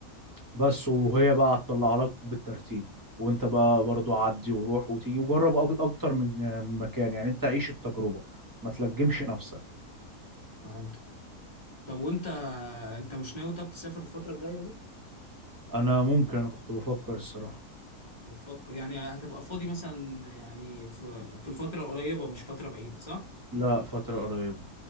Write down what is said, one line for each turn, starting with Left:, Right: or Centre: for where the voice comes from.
Right: بس وهي بقى هتطلعها لك بالترتيب وانت بقى برضو عدي وروح وتيجي وجرب أك- اكتر من آه، من مكان يعني انت عيش التجربة ما
Left: أمم.
Right: تلجمش نفسك
Left: فهمت طب وانت انت مش ناوي طب تسافر الفتره الجايه دي؟
Right: انا ممكن انا كنت بفكر الصراحة
Left: كنت بتفكر يعني هتبقى فاضي مثلا يعني في في الفترة قريبة مش فترة بعيدة صح؟
Right: لا فترة قريبة